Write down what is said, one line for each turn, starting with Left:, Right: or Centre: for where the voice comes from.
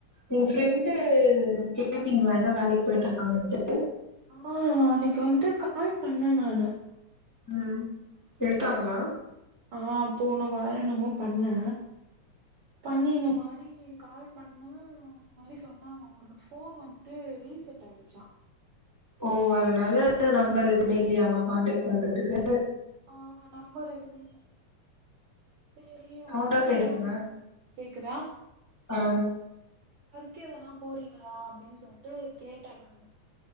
Centre: ஒங்க ஃப்ரெண்டு கேட்டீங்ளா என்னா வேலைக்கி போய்ட்ருக்காங்கன்ட்டு
Right: ஆ அன்னக்கி வந்துட்டு கால் பண்ணே நானு
Centre: ம் எடுத்தாங்களா
Right: ஆ போன வாரோ என்னமோ பண்ணே பண்ணி இந்த மாரி கால் பண்ணே ஆ அந்த மாரி சொன்னாங்கமா ஃபோன் வந்துட்டு ரீசெட்டாயிடுச்சா
Centre: ஓ அதனால நம்பர் எதுமே இல்லயாமா கான்டக்ட் பண்றதுக்கு
Right: ஆ நம்பர் எதுமேல்ல சேரி
Centre: சவுண்டா
Right: ஒர்க்
Centre: பேசுங்க
Right: எதனா போ கேக்குதா
Centre: ஆ
Right: ஒர்க் எதனா போறீங்களா அப்டின் சொல்ட்டு கேட்டே நானு